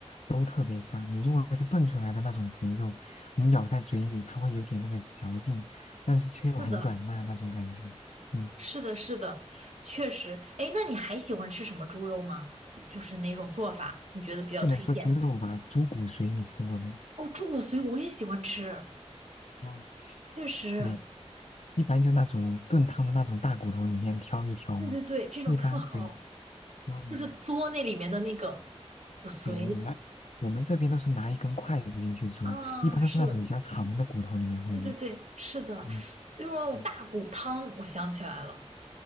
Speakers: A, on the left; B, on the right.
A: 都特别香。你如果是炖出来的那种肥肉，你咬在嘴里，它会有点那个嚼劲，但是却又很软烂那种感觉。
B: 是的，
A: 嗯，
B: 是的，是的，确实。哎，那你还喜欢吃什么猪肉吗？就是哪种做法你觉得比较推荐？
A: 不能说猪肉吧，猪骨髓你吃过没？
B: 哦，猪骨髓我也喜欢吃。
A: 嗯，
B: 确实，
A: 对，一般就那种炖汤的那种大骨头里面挑一挑嘛。
B: 对对对，这种特好，
A: 一般对，嗯，
B: 就是嘬那里面的那个骨髓
A: 对你那我们这边都是拿一根筷子进去煮，
B: 啊，
A: 一般都是那种比较长的骨头里面会有。
B: 是的，对对对，是的，
A: 嗯，
B: 就是那种大骨汤，
A: 对
B: 我想起来了，